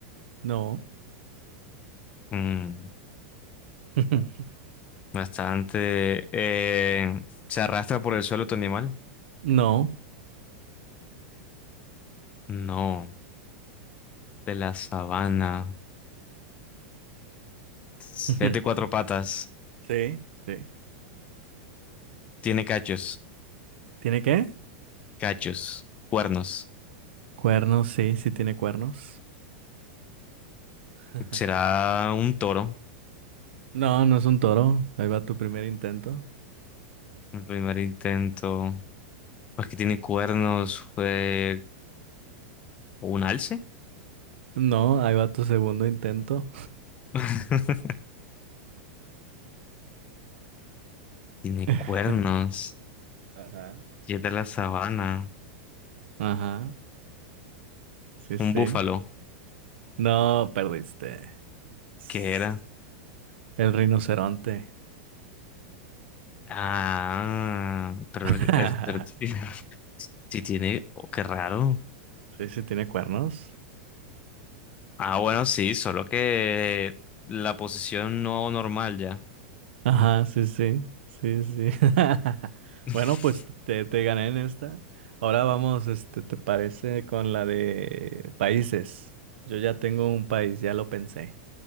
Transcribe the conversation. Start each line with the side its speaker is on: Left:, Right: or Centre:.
Right: no,
Left: Mm,
Right: <laughs>
Left: bastante. Eh, ¿se arrastra por el suelo tu animal?
Right: no.
Left: No. De la sabana. Es
Right: <laughs>
Left: de cuatro patas.
Right: Sí, sí.
Left: Tiene cachos.
Right: ¿Tiene qué?
Left: Cachos. Cuernos.
Right: Cuernos, sí, sí tiene cuernos. <laughs>
Left: ¿Será un toro?
Right: No, no es un toro. Ahí va tu primer intento.
Left: El primer intento. Pues que tiene cuernos, fue un alce.
Right: No, ahí va tu segundo intento.
Left: <laughs> Tiene
Right: <laughs>
Left: cuernos.
Right: Ajá.
Left: Y es de la sabana.
Right: Ajá, sí, sí.
Left: Un búfalo.
Right: No, perdiste. S-
Left: ¿Qué era?
Right: El rinoceronte.
Left: Ah, pero
Right: <laughs>
Left: es, pero sí <laughs> sí tiene. oh, qué raro.
Right: Sí, sí, tiene cuernos.
Left: Ah, bueno, sí, solo que la posición no normal ya.
Right: Ajá, sí, sí, sí, sí. <laughs>
Left: <laughs>
Right: Bueno, pues te, te gané en esta. Ahora vamos, este, ¿te parece con la de países? Yo ya tengo un país, ya lo pensé.